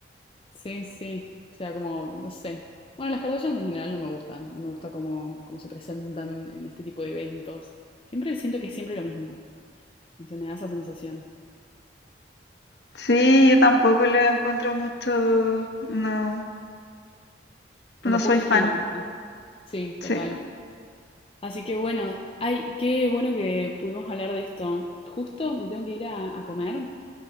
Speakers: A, on the left; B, on the left.
A: Sí, sí. O sea, como, no sé. Bueno, las Kardashians en general no me gustan. No me gusta cómo, cómo se presentan en este tipo de eventos. Siempre siento que es siempre lo mismo. se me da esa sensación.
B: Sí, yo tampoco lo encuentro mucho. No,
A: Como
B: no soy
A: poco estilo,
B: fan.
A: no sé. Sí,
B: Sí.
A: total. Así que bueno, ay, qué bueno que pudimos hablar de esto. Justo me tengo que ir a, a comer,